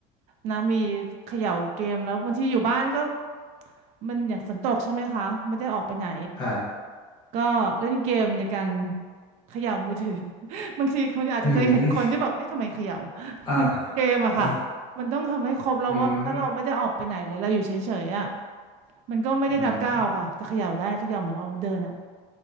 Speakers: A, on the right; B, on the left.
A: นะมีเขย่าเกมแล้วบางทีอยู่บ้านก็มันอย่างฝนตกใช่ไหมคะไม่ได้ออกไปไหน
B: ครับ
A: ก็เล่นเกมในการเขย่ามือถือ <laughs> บางทีคุณอาจจะเคยเห็นคนที่แบบเอ๊ะทำไมเขย่า
B: อืม
A: <laughs>
B: อ่า
A: คือเกมอะค่ะ
B: เออ
A: มันต้องทำให้ครบแล้วว่าถ้าเราไม่ได้ออกไปไหนเลยเราอยู่เฉยๆอะ
B: อืม
A: มันก็ไม่ได้นับก้าวค่ะจะเขย่าได้เขย่าเหมือนเราเดินอะ
B: อืม